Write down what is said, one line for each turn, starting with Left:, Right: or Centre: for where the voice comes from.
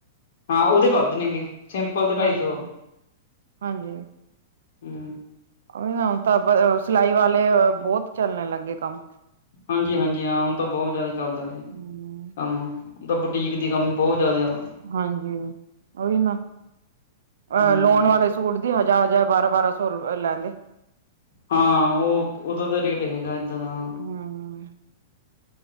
Left: ਹਾਂ ਉਹਦੇ ਵੱਧ ਨੇ ਗੇ, ਸਿੰਪਲ ਦੇ ਢਾਈ
Right: ਹਾਂਜੀ
Left: ਸੌ‌ ਆ
Right: ਹਾਂਜੀ
Left: ਹੂੰ।
Right: ਉਹੀ ਹੁਣ ਤਾਂ ਸਿਲਾਈ ਵਾਲੇ ਬਹੁਤ ਚੱਲਣ ਲੱਗ ਗੇ ਕੰਮ
Left: ਹਾਂਜੀ-ਹਾਂਜੀ ਹਾਂ ਹੁਣ ਤਾਂ ਬਹੁਤ ਜ਼ਿਆਦਾ ਚੱਲਦਾ ਏ
Right: ਹਮ
Left: ਕੰਮ ਦਾ ਬੁਟੀਕ ਦੀ ਕੰਮ ਬਹੁਤ ਜ਼ਿਆਦੇ ਆ।
Right: ਹਾਂਜੀ ਉਹੀ ਨਾ ਅ
Left: ਹੂੰ
Right: ਲੋਣ ਵਾਲੇ ਸੂਟ ਦੀ ਹਜ਼ਾਰ-ਹਜ਼ਾਰ, ਬਾਰਾਂ-ਬਾਰਾਂ ਸੌ ਲੈਂਦੇ।
Left: ਹਾਂ, ਉਹ ਉਹਦਾ ਦਾ ਰੇਟ ਹੈਗਾ ਏਦਾਂ ਦਾ।
Right: ਹਮ